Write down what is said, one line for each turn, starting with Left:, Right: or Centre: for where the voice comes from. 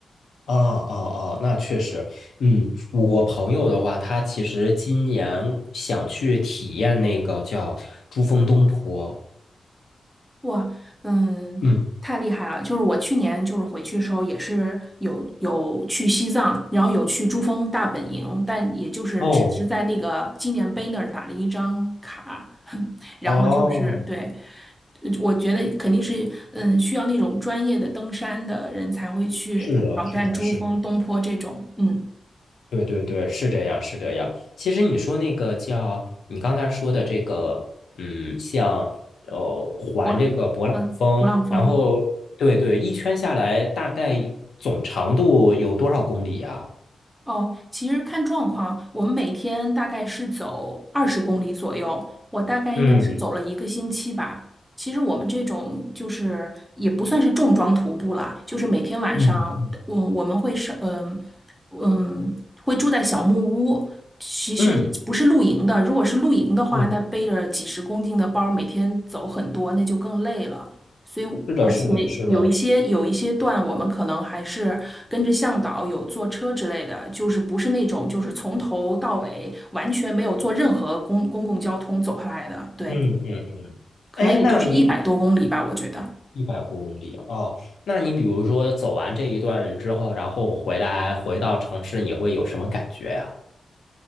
Left: 哦哦哦，那确实，嗯，我朋友的话，他其实今年想去体验那个叫珠峰东坡。
Centre: 哇，嗯，
Left: 嗯，
Centre: 太厉害了！就是我去年就是回去的时候，也是有有去西藏，然后有去珠峰大本营，但也就是只是在那个纪念碑那儿打了一张卡，
Left: 哦，
Centre: <laughs> 然后就是对，
Left: 哦，
Centre: 呃我觉得肯定是嗯需要那种专业的登山的人才会去挑战珠峰、
Left: 是的，是的，是的。
Centre: 东坡这种，嗯，
Left: 对对对，是这样，是这样。其实你说那个叫你刚才说的这个，嗯，像呃环这个勃朗峰，
Centre: 勃浪，嗯，勃浪峰。
Left: 然后对对，一圈下来大概总长度有多少公里呀？
Centre: 哦，其实看状况，我们每天大概是走二十公里左右，我大概应该是走了一个星期吧。
Left: 嗯
Centre: 其实我们这种就是也不算是重装徒步了，就是每天晚上，
Left: 嗯
Centre: 我我们会是嗯嗯会住在小木屋，其实不是露营的。
Left: 嗯
Centre: 如果是露营的话，
Left: 嗯，
Centre: 那背着几十公斤的包，每天走很多，那就更累了。所以，
Left: 是的，
Centre: 而且有一些有一些段，
Left: 是的，是的，
Centre: 我们可能还是跟着向导有坐车之类的，就是不是那种就是从头到尾完全没有坐任何公公共交通走下来的，对，
Left: 嗯嗯嗯。
Centre: 可能也就是一百多公里吧，
Left: 哎，那你
Centre: 我觉得。
Left: 一百公里哦，那你比如说走完这一段之后，然后回来回到城市，你会有什么感觉呀？